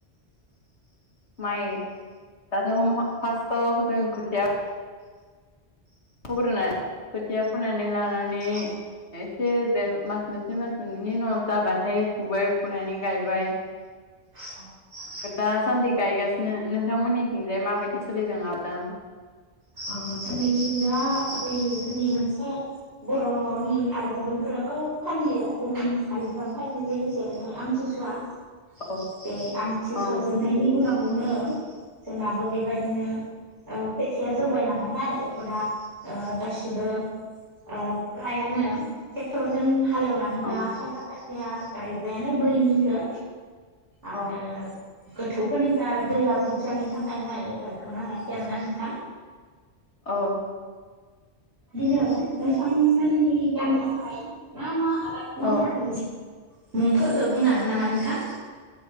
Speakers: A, on the left; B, on the right.
A: माइ दाथ' मा फार्स्टआव जों खोथिया <unintelligible> खोथिया फोनानि लानानै
B: औ
A: एसे देर मास मोनसे मास मोननैनि उ न' जाबाथाय फुबाय फुनानै गायबाय। <inaudible>
B: <unintelligible>
A: दासान्दि गायगासिनो ।नोंथांमोननिथिंजाय माबायदि सोलिदों आबादा?
B: औ जोंनिथिं दा, बेै स <unintelligible> मोनसे बर'नि आरो गुबुनफोराबो फालियो ।गुबुन हारिफोराबो फालिनाय जायो जेरैहाय <unintelligible> सुवा
A: ओं
B: बे आमथिसुवा
A: औ
B: जोबनायनि उनावनो जोंनाबो बेबाय <unintelligible> खोथिया जौबाय नालायहाय बेखौदा गासिबो फ्रायानो ट्रेक्टरजों हालेवनानै दा
A: ओं
B: खायफा खायफाया गायबायानो बोरिनिखो आरो
A: अ
B: गोथौफोरनिसो आरो दैया बुरजानि थाखायहाय गायथ'नो हायाखै आरोना नोंथां
A: औ
B: बिदिनो नोंथां मोननि गामियावहाय मा मा आबाद मावनाय
A: औ
B: जायो मुं फोर खौ बुंनो हागोन नामा नोंथां